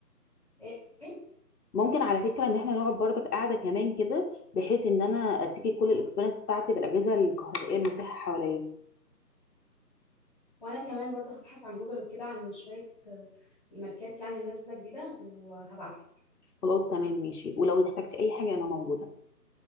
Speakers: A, on the left; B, on the left.
A: ايه إيه؟
B: ممكن على فكره ان احنا نقعد برضك قاعده كمان كده بحيث ان انا اديكي كل الاكسبيرينس بتاعتي بالاجهزه الكهربائيه المتاحه حواليا
A: وانا كمان برضو هبحث عن جوجل وكده عن شويه آه، الماركات يعني نازله جديده وهبعتلك
B: خلاص تمام ماشي ولو احتجتي اي حاجه انا موجوده